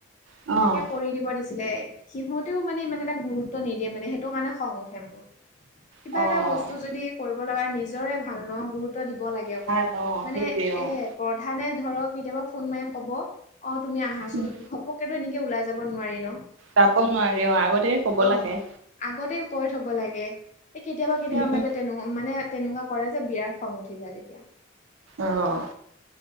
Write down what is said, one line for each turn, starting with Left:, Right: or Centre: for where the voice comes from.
Right: অ',
Left: তাকে, কৰি দিব দিছ দিছিলে। সিহঁতেও মানে, ইমান এটা গুৰুত্ব নিদিয়ে মানে, সেইটো কাৰণে, খং উঠে মোৰ! কিবা
Right: অ',
Left: এটা বস্তু যদি, কৰিব লগা নিজৰে ভাল ন'! গুৰুত্ব দিব লাগে। অকমান,
Right: ভাল অ',
Left: মানে
Right: সেইটোৱে
Left: এ,
Right: অ'।
Left: প্ৰধানে ধৰক, কেতিয়াবা ফোন মাৰি ক'ব! অ'! তুমি আহাচোন?
Right: উম।
Left: <unintelligible> ঘপকেতো, এনেকে ওলাই যাব নোৱাৰি ন'!
Right: যাব নোৱাৰি, অ'! আগতেে ক'ব
Left: অ
Right: লাগে।
Left: আগতে, কৈ থ'ব লাগে। এ, কেতিয়াবা-কেতিয়াবা
Right: উম, উম।
Left: মাজে, তেনে মানে, তেনেকুৱা কৰে যে, বিৰাট খং উঠি যায়, তেতিয়া।
Right: অ'!